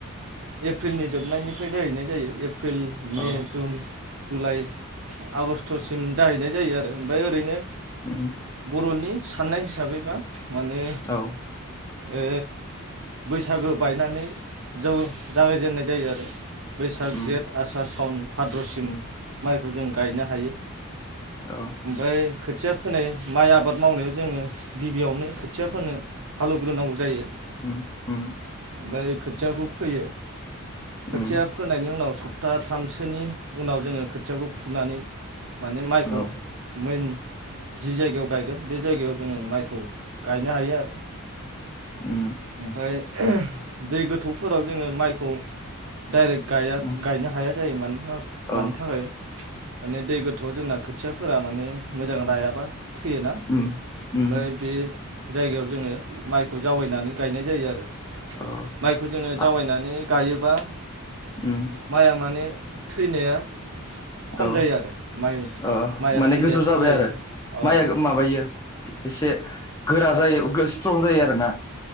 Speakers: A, on the right (about 65°); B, on the left (about 15°).
A: एप्रिलनि जोबनायनिफ्राय जाहैनाय जायो एप एप्रिल मे
B: औ
A: जुन जुलाइ आगस्ट'सिम जाहैनाय जायो आरो ओमफ्राय ओरैनो
B: उम
A: बर'नि साननाय हिसाबै बा माने
B: औ
A: ओ बैसागो बायनानै जों जागायजेननाय जायो आरो। बैसाग
B: उम
A: जेठ आसार सावन। भाद्रसिम माइखौ जों गायनो हायो।
B: औ
A: ओमफाय खो खोथिया फोनाय माइ आबाद मावनायाव जोङो गिबियावनो खोथिया फोनो हालेवग्रोनांगौ जायो।
B: उ उ।
A: ओमफ्राय खोथियाबो फोयो। खोथिया
B: उम
A: फोनायनि उनाव स <unintelligible> थामसोनि उनाव जोङो खोथियाखौ फुनानै माने माइखौ
B: औ
A: मोन जि जायगायाव गायगोन बे जायगायाव जोङो माइखौ गायनो हायो आरो।
B: उ।
A: ओमफ्राय दै गोथौ फोराव जोङो माइखौ डाइरेक्ट गाया
B: उम
A: गायनो हाया जायो मानि मानो
B: औ
A: थाखाय माने दै गोथौआव जोंना खोथियाफोरा माने मोजां रायाबा थैयोना ओमफ्राय
B: उम उम
A: बे जायगायाव जोङो माइखौ जावैनानै गायनाय जायो आरो
B: औ
A: माइखौ जोङो
B: आ
A: जावैनानै गायोबा
B: उम
A: माइआ मानो थैनाया खम
B: औ
A: जायो आरो म
B: ओ
A: माइया
B: माने
A: थैनाया
B: गोजौ जाबाय
A: खम जायो
B: आरो
A: अ
B: माइया माबायो एसे गोरा जायो सम जायो आरो ना